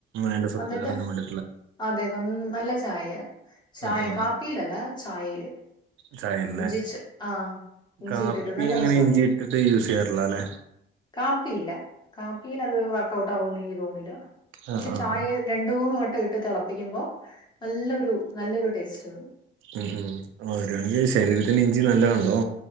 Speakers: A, on the right; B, on the left.
A: എന്റെ സ്വത്ത്
B: എന്നിട്ട്
A: ഇറങ്ങാ വേണ്ട <unintelligible>
B: അതെ <unintelligible> നം നല്ല ചായ ചായ
A: ആ ആ
B: കാപ്പിയിൽ അല്ല ചായയില്
A: ചായല്ലേ
B: ഇഞ്ചി ച ആ ഇഞ്ചി
A: കാപ്പി
B: ഇട്ടിട്ട് നല്ല
A: എങ്ങനെ
B: രസ
A: ഇഞ്ചി
B: അത്
A: ഇട്ടിട്ട് യൂസ് ചെയ്യാറില്ല അല്ലേ
B: കാപ്പിയില്ല കാപ്പിയൽ അത് വർക്കഔട്ട് ആകും ന്നില്ല <unintelligible> പക്ഷെ
A: ആ ആ
B: ചായൽ
A: ആ
B: രണ്ടുമൂന്നു വട്ടം ഇട്ട് തിളപ്പിക്കുമ്പോൾ നല്ലൊരു നല്ലൊരു ടേസ്റ്റ്
A: ഉം ഉം ഓരോണെങ്കിൽ ശരീരത്തിന് ഇഞ്ചി നല്ലതാണല്ലോ